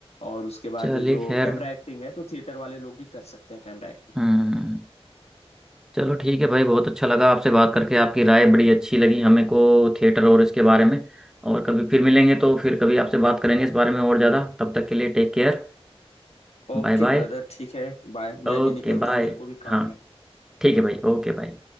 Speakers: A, on the left (about 80°); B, in the centre.
A: और उसके बाद
B: चलिए
A: जो
B: खैर
A: कैमरा एक्टिंग है तो थिएटर वाले लोग भी कर सकते हैं कैमरा एक्टिंग
B: हम्म चलो ठीक है भाई बहुत अच्छा लगा आपसे बात करके आपकी राय बड़ी अच्छी लगी हमें को थिएटर और इसके बारे में और कभी फिर मिलेंगे तो फिर कभी आपसे बात करेंगे इस बारे में और ज़्यादा तब तक के लिए take care
A: ओके
B: Bye bye
A: ब्रदर ठीक है बाय
B: Okay
A: मैं भी निकलता
B: bye
A: हूँ मेरे को भी
B: हाँ
A: काम है
B: ठीक है भाई ओके बाय